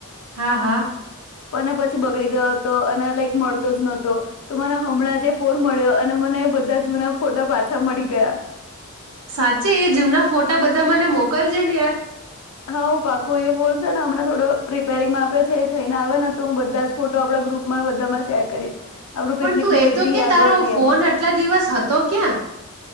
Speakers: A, on the right (about 75°); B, on the left (about 75°).
A: હા હા.
B: પણ પછી બગડી ગયો હતો. અને લાઈક મળતો જ નહોતો. તો મને હમણાં જ ફોન મળ્યો અને મને એ બધા જૂના ફોટા પાછા મળી ગયા.
A: સાચ્ચે એ જુના ફોટા બધા મને મોકલજે ને યાર.
B: હા હો પાકું એ ફોન છે ને હમણાં થોડો રિપેરિંગમાં આપ્યો છે થઈને આવે ને તો, હું બધા જ ફોટો આપણા ગ્રુપમાં બધામાં શેર કરીશ. આપણું
A: પણ
B: પિકનિકની
A: તું એ
B: બધી
A: તો કહે,
B: યાદો
A: તારો
B: હતી
A: ફોન
B: એમાં
A: આટલા દિવસ હતો ક્યાં?